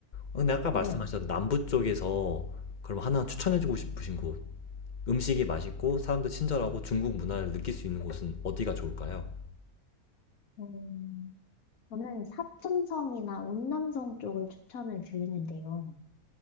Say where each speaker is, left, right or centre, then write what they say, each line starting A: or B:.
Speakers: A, on the left; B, on the left.
A: 어 근데 아까 말씀하셨던
B: 네.
A: 남부 쪽에서 그럼 하나 추천해 주고 싶으신 곳, 음식이 맛있고 사람들 친절하고 중국 문화를 느낄 수 있는 곳은 어디가 좋을까요?
B: 음, 저는 사천성이나 운남성 쪽을 추천을 드리는데요.